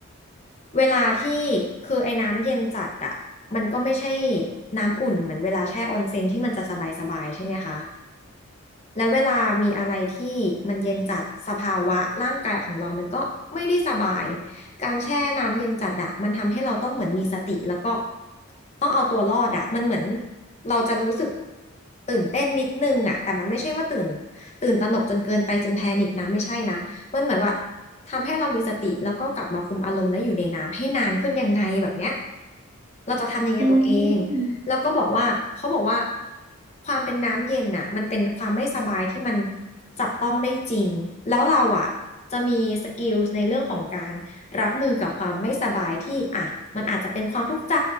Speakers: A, on the left; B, on the right.
A: เวลาที่คือไอ้น้ำเย็นจัดอะมันก็ไม่ใช่น้ำอุ่นเหมือนเวลาแช่ออนเซ็นที่มันจะสบายๆใช่ไหมคะ แล้วเวลามีอะไรที่มันเย็นจัดสภาวะร่างกายของเรามันก็ไม่ได้สบาย การแช่น้ำเย็นจัดอะมันทำให้เราต้องเหมือนมีสติแล้วก็ต้องเอาตัวรอดอะมันเหมือนเราจะรู้สึกตื่นเต้นนิดนึงอะแต่มันไม่ใช่ว่าตื่นตื่นตระหนกจนเกินไปจนแพนิคนะไม่ใช่นะมันเหมือนว่าทำให้เรามีสติแล้วก็กลับมาคุมอารมณ์และอยู่ในน้ำให้นานขึ้นยังไงแบบเนี้ยเราจะทำยังไงกับตัวเอง
B: อืม
A: แล้วก็บอกว่าเขาบอกว่าความเป็นน้ำเย็นน่ะมันเป็นความไม่สบายที่มันจับต้องได้จริงแล้วเราอ่ะจะมีสกิลในเรื่องของการรับมือกับความไม่สบายที่อ่ะมันอาจจะเป็นความทุกข์ใจ